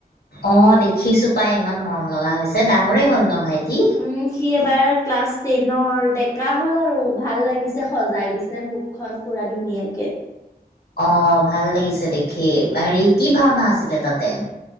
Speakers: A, on the left; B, on the left.
A: অঁ দেখিছো পাই ইমান মৰম লগা হৈছে, ডাঙৰেই হ'ল ন ভাইটি?
B: উম' সি এবাৰ ক্লাছ টেনৰ ডেকা হ'ল আৰু। ভাল লাগিছে সজাই দিছে মুখখন পুৰা ধুনীয়াকে
A: অ ভাল লাগিছে দেখি, হেৰি কি ভাওনা আছিলে তাতে?